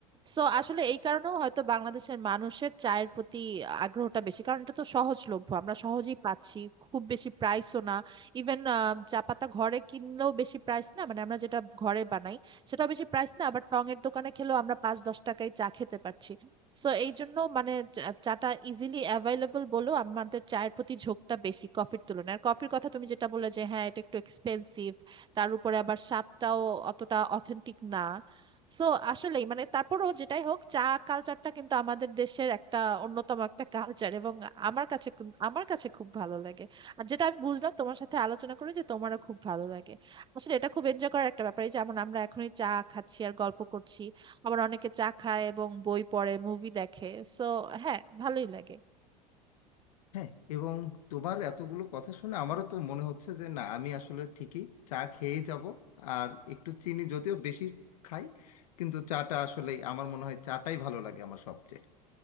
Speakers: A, on the right (about 25°); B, on the left (about 75°).
A: সো আসলে এই কারণেও হয়তো বাংলাদেশের মানুষের চায়ের প্রতি আগ্রহটা বেশি কারণ এটা তো সহজলভ্য আমরা সহজেই পাচ্ছি খুব বেশি প্রাইসও না ইভেন চা পাতা ঘরে কিনলেও বেশি প্রাইস না মানে আমরা যেটা ঘরে বানাই সেটাও বেশি প্রাইস না আবার টং এর দোকানে খেলেও আমরা পাঁচ দশ টাকায় চা খেতে পারছি সো এই জন্য মানে চা- চাটা ইজিলি অ্যাভেলেবল বলেও আমাদের চায়ের প্রতি ঝোঁকটা বেশি কফির তুলনায় আর কফির কথা তুমি যেটা বললে যে হ্যাঁ এটা একটু এক্সপেন্সিভ তার উপরে আবার স্বাদটাও অতটা অথেন্টিক না সো আসলেই মানে তারপরও যেটাই হোক চা কালচারটা কিন্তু আমাদের দেশের একটা অন্যতম একটা কালচার এবং আমার কাছে খুব- আমার কাছে খুব ভালো লাগে আর যেটা আমি বুঝলাম তোমার সাথে আলোচনা করে যে তোমারও খুব ভালো লাগে আসলে এটা খুব এনজয় করার একটা ব্যাপার এই যেমন আমরা এখনই চা খাচ্ছি আর গল্প করছি আবার অনেকে চা খায় এবং বই পড়ে মুভি দেখে সো হ্যাঁ ভালোই লাগে
B: হ্যাঁ এবং তোমার এতগুলো কথা শুনে আমারও তো মনে হচ্ছে যে না আমি আসলে ঠিকই চা খেয়েই যাব আর একটু চিনি যদিও বেশি খাই কিন্তু চাটা আসলে আমার মনে হয় চাটাই ভালো লাগে আমার সবচেয়ে